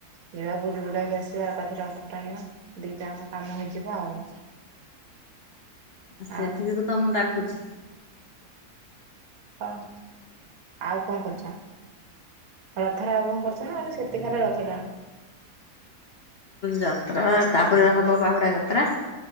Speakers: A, on the right; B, on the left.
A: ଯିବା ବୁଲ ବୁଲାାଗି ଆସିବା ଆ ଏକାଥରେ ରଥ ଟାଣିବା ଦିଟାଙ୍କ କାମ ହେଇଯିବ ଆଉ
B: ସେଥି
A: ଆଉ
B: ଯୋଗୁ ତ ମୁଁ ଡାକୁଛି
A: ହଁ ଆଉ କଣ କରୁଛ? ରଥରେ ଆଉ କଣ କରୁଛ ନାେ ସେତିକ ଖାଲି ରଥ ଟାଣୁଚ।
B: ଯାତ୍ରା ତାପରେ ହବ ବାହୁଡା ଯାତ୍ରା।